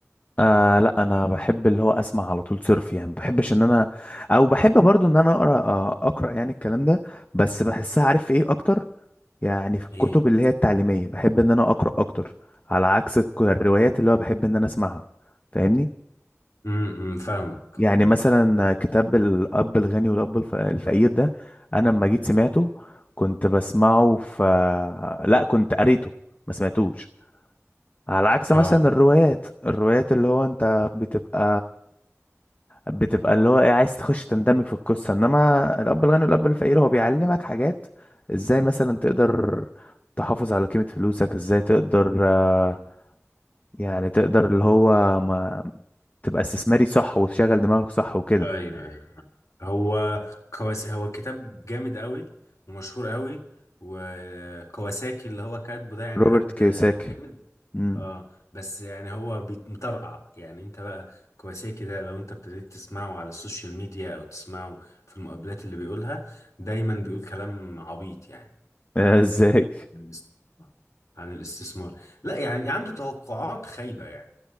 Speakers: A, on the left; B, on the left.
A: آه لا انا بحب اللي هو اسمع على طول صرف يعني ما بحبش ان انا او بحب برضو ان انا اقرا آه، اقرا يعني الكلام ده بس بحسها عارف ايه اكتر يعني في الكتب
B: ايه
A: اللي هي التعليميه بحب ان انا اقرا اكتر على عكس الك- الروايات اللي هو بحب ان انا اسمعها فاهمني
B: امم فاهمك
A: يعني مثلا كتاب الاب الغني والاب الف- الفقير ده انا لما جيت سمعته كنت بسمعه ف لا كنت قريته ما سمعتوش على عكس مثلا
B: اه
A: الروايات الروايات اللي هو انت بتبقى بتبقى اللي هو ايه عايز تخش تندمج في القصة انما الاب الغني والاب الفقير هو بيعلمك حاجات ازاي مثلا تقدر تحافظ على قيمة فلوسك ازاي تقدر آه،
B: آه،
A: يعني تقدر اللي هو ما تبقى استثماري صح وتشغل دماغك صح وكده
B: ايوه ايوه هو كواس هو كتاب جامد قوي ومشهور قوي وكواساكي اللي هو كاتبه ده يعني
A: روبرت
B: حد
A: كيوساكي
B: جامد
A: امم
B: اه بس يعني هو بيت- مطرقع يعني انت بقى كواساكي ده لو انت ابتديت تسمعه على السوشيال ميديا او تسمعه في المقابلات اللي بيقولها دايما بيقول كلام عبيط يعني
A: آه، <laughs> ازاي
B: عن الاست- عن الاستثمار لا يعني عنده توقعات خايبة يعني